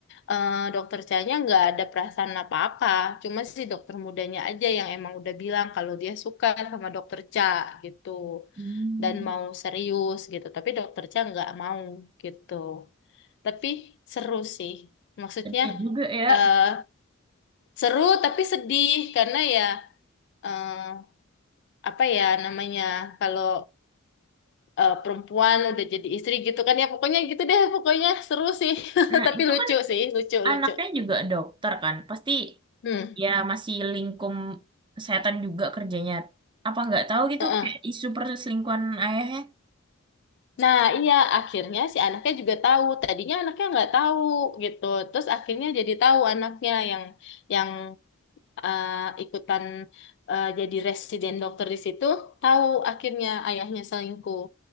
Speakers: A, on the left (about 55°); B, on the right (about 20°).
A: eh, dokter Chanya enggak ada perasaan apa-apa. Cuma si dokter mudanya aja yang emang udah bilang kalau dia suka sama dokter Cha gitu.
B: Hmm,
A: Dan mau serius gitu. Tapi dokter Cha enggak mau gitu. Tapi seru sih. Maksudnya
B: sedih juga ya.
A: eh seru tapi sedih karena ya eh, apa ya namanya kalau eh, perempuan udah jadi istri gitu kan ya pokoknya gitu deh pokoknya seru sih <laughs>
B: Nah
A: tapi
B: itu
A: lucu
B: kan
A: sih lucu
B: anaknya
A: lucu
B: juga dokter kan. Pasti
A: hmm
B: ya masih lingkup kesehatan juga kerjanya. Apa nggak tahu gitu
A: heeh.
B: kayak isu perselingkuhan ayahnya.
A: Nah iya akhirnya si anaknya juga tahu tadinya anaknya nggak tahu gitu terus akhirnya jadi tahu anaknya yang yang eh, ikutan eh, jadi residen dokter di situ tahu akhirnya ayahnya selingkuh